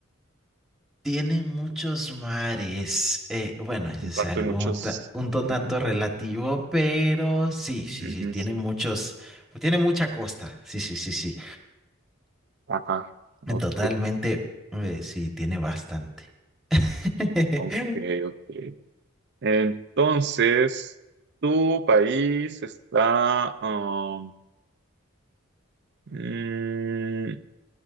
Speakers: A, in the centre; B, on the right.
A: Tiene muchos mares. Eh, bueno, ese
B: Comparte
A: es algo
B: muchos...
A: un, ta- un ton
B: Ujú,
A: tanto relativo, pero sí, sí,
B: ujú.
A: sí, tiene muchos, tiene mucha costa. Sí, sí, sí, sí.
B: Ajá, ok,
A: Totalmente, eh, sí, tiene bastante. <laughs>
B: ok, ok. Entonces, ¿tu país está um, mm,